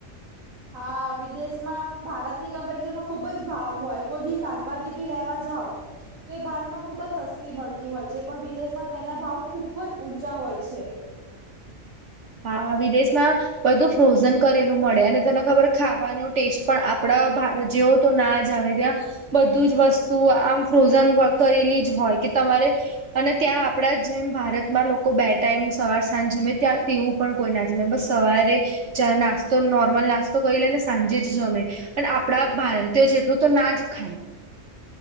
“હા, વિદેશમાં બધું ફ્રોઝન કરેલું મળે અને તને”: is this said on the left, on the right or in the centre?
Right